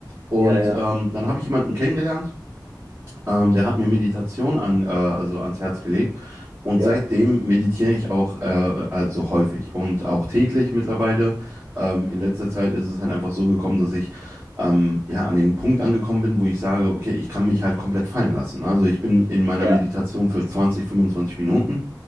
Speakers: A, on the right; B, on the right.
A: Und
B: ja, ja,
A: ähm, dann habe ich jemanden kennengelernt. Ähm, der hat mir Meditation an, äh, also ans Herz gelegt und
B: ja,
A: seitdem meditiere ich auch äh, also häufig und auch täglich mittlerweile. Ähm, in letzter Zeit ist es halt einfach so gekommen, dass ich ähm, ja an den Punkt angekommen bin, wo ich sage, okay, ich kann mich halt komplett fallen lassen. Also ich bin in meiner
B: ja,
A: Meditation für 20, 25 Minuten